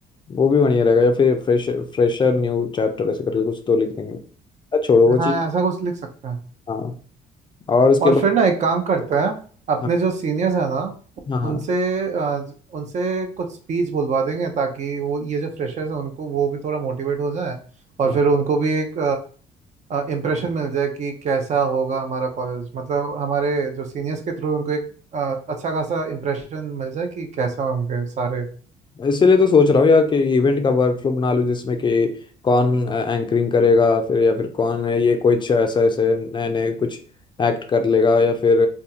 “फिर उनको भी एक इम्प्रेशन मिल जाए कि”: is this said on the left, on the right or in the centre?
Right